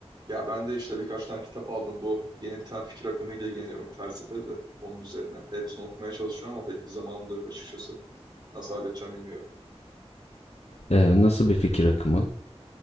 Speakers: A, on the right (about 40°); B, on the left (about 75°).
A: Ya ben de işte birkaç tane kitap aldım. Bu yeni bir tane fikir akımıyla ilgileniyorum felsefede de onun üzerine. Hepsini okumaya çalışıyorum ama pek bir zamanım da yok açıkçası. Nasıl halledeceğim bilmiyorum.
B: Ee, nasıl bir fikir akımı?